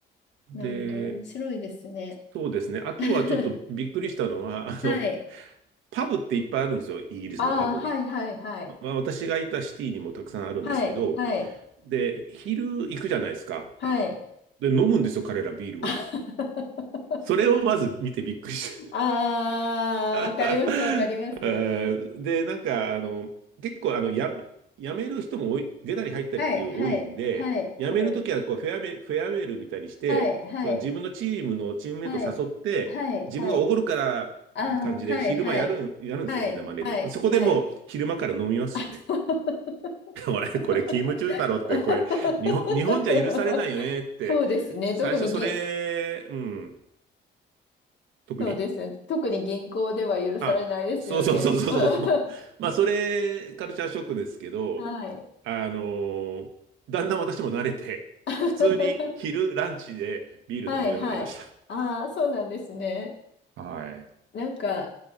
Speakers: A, on the right; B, on the left.
A: で、
B: なんか面白いですね。
A: そうですね。あとはちょっとびっくりしたのは、
B: <laughs>
A: <laughs> あの、
B: はい。
A: パブっていっぱいあるんですよ。イギリスのパブが。
B: ああ、はい、はい、はい。
A: まあ、私がいたシティにもたくさんあるんですけど、
B: はい、はい、
A: で、昼行くじゃないですか。
B: はい。
A: で、飲むんですよ、彼らビールを。
B: <laughs>
A: それをまず見てびっくりし
B: ああ、わかります、
A: <laughs>
B: わかります。
A: えーで、なんか、あの、結構、あの、やめ、やめる人も多い、出たり入ったりっていう多いんで、
B: はい、はい、はい、
A: やめるときは、
B: はい。
A: こう、フェアウェイ、フェアウェイルみたいにして、
B: はい、はい、
A: その自分のチームのチームメイトを誘って、
B: はい、はい、
A: 自分がおごるからっていう感じで、
B: はい。ああ、はい、
A: 昼間やるん、
B: はい、
A: やるんですよ、
B: はい、
A: みんな真似て。
B: はい、
A: そこでもう、
B: はい。
A: 昼間から飲みますよね。
B: <laughs>
A: <laughs> これ、これ、勤務中だろって、これ、日本、日本じゃ許されないよねって、
B: そうですね。
A: 最初それ、
B: 特に銀、
A: うん、特に
B: そうですね。特に銀行では許されないですよね。
A: あ、そうそうそうそうそうそう。
B: <laughs>
A: まあ、それ、カルチャーショックですけど、
B: はい。
A: あのーだんだん私も慣れて、
B: <laughs>
A: 普通に昼、ランチでビール飲むようになりまし
B: はい、はい。ああ、そうなんですね。
A: た。はい。
B: なんか、